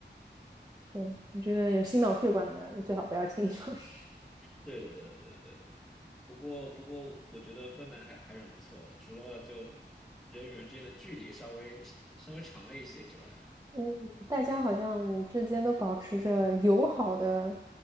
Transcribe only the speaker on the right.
对，你觉得有心脑血管的最好不要轻易尝试。
嗯，大家好像之间都保持着友好的